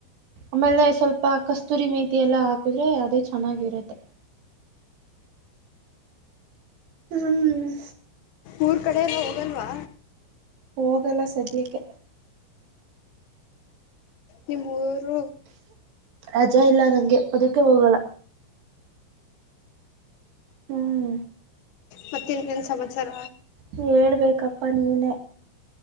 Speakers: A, on the right; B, on the left.
A: ಆಮೇಲೆ ಸ್ವಲ್ಪ ಕಸ್ತೂರಿ ಮೆಂತೆ ಎಲ್ಲ ಹಾಕಿದ್ರೆ ಅದೇ ಚೆನ್ನಾಗಿರುತ್ತೆ ಹ್ಮ್
B: ಊರು ಕಡೆಯಲ್ಲ ಹೋಗಲ್ವಾ
A: ಹೋಗಲ್ಲ ಸದ್ಯಕ್ಕೆ
B: ನಿಮ್ಮ ಊರು
A: ರಜಾ ಇಲ್ಲ ನಂಗೆ ಅದಕ್ಕೆ ಹೋಗಲ್ಲ ಹ್ಮ್
B: ಮತ್ತ ಇನ್ನೇನ್ ಸಮಾಚಾರ
A: ಹೇಳ್ಬೇಕಪ್ಪಾ ನೀನೇ